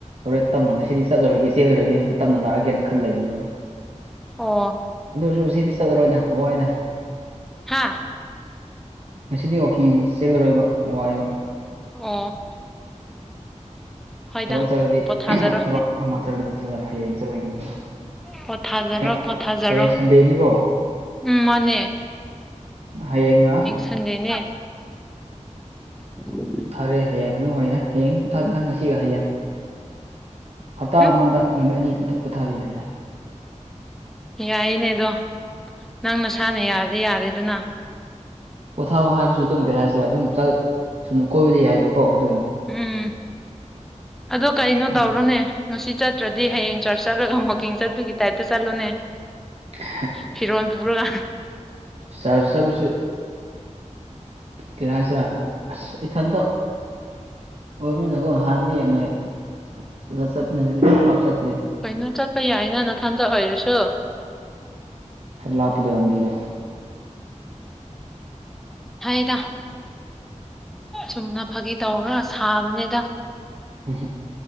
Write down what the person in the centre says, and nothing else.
ꯑꯣ
ꯍꯥꯥ
ꯑꯣ ꯍꯣꯏꯗ
ꯄꯣꯊꯥꯖꯔꯣ
ꯄꯣꯊꯥꯖꯔꯣ
ꯄꯣꯊꯥꯖꯔꯣ
ꯎꯝ ꯃꯅꯦ
ꯁꯟꯗꯦꯅꯦ <unintelligible>
ꯎꯝ
ꯌꯥꯏꯅꯦ ꯑꯗꯣ ꯅꯪ ꯅꯁꯥꯅ ꯌꯥꯔꯗꯤ ꯌꯥꯔꯦ ꯑꯗꯨꯅ
ꯎꯝ ꯑꯗꯣ ꯀꯩꯅꯣ
ꯇꯧꯔꯣꯅꯦ ꯉꯁꯤ ꯆꯠꯇ꯭ꯔꯗꯤ ꯍꯌꯦꯡ ꯆꯔꯆ ꯆꯠꯂꯒ ꯋꯥꯛꯀꯤꯡ ꯆꯠꯄꯒꯤ ꯇꯥꯏꯞꯇ ꯆꯠꯂꯣꯅꯦ
ꯐꯤꯔꯣꯜ ꯄꯨꯔꯒ
ꯀꯩꯅꯣ ꯆꯠꯄ ꯌꯥꯏꯅ ꯅꯊꯟꯗ ꯑꯣꯏꯔꯁꯨ
ꯍꯥꯏꯗ ꯆꯨꯝꯅ ꯐꯥꯒꯤ ꯇꯧꯔꯒ ꯁꯥꯕꯅꯤꯗ